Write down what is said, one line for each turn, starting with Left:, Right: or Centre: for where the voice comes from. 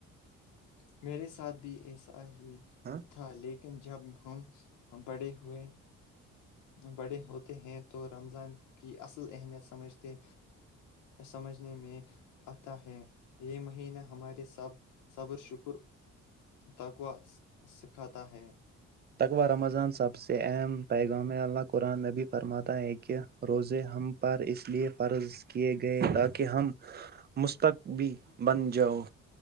Left: <unintelligible> میرے ساتھ بھی ایسا ہی
Right: ہاں
Left: تھا لیکن جب ہم بڑے ہوئے بڑے ہوتے ہیں تو رمضان کی اصل اہمیت سمجھتے سمجھنے میں آتا ہے یہ مش ہی نا ہمارے سب صبر شک تقوا سکھاتا ہے
Right: تقوہ رمضان سب سے اہم پیغام اللہ قرآن نبی فرماتا ہے کہ روزے ہم پر اس لیے فرض کے گئے تاکہ ہم مستقبی بن جاؤ